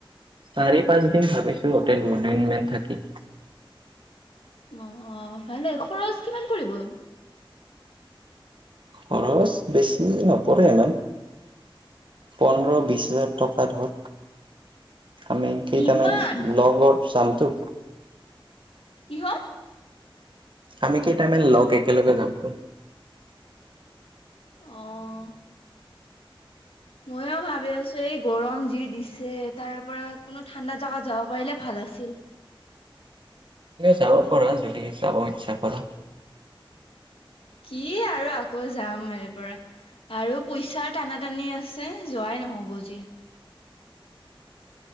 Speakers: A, on the right (about 60°); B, on the left (about 80°).
A: চাৰি পাঁচ দিন ভাবিছো তাতে দুদিন মান থাকিম
B: অ অ ভালে খৰচ কিমান পৰিব
A: খৰচ বেছি নপৰে ইমান পোন্ধৰ বিশ হাজাৰ টকা ধৰ আমি কেইটামান
B: ইমান
A: লগত শান্তু
B: কি হল
A: আমি কেইটামান লগ একেলগে যামতো
B: আহ ময়ো ভাবি আছো এই গৰম যি দিছে তাৰ পৰা কোনো ঠাণ্ডা জাগাত যাব পাৰিলে ভাল আছিল
A: যাব পাৰা যদি যাব ইচ্ছা কৰা
B: কি আৰু আকৌ যাম এয়া পৰা আৰু পইচাৰ টানা টানি আছে যোৱাই নহব যি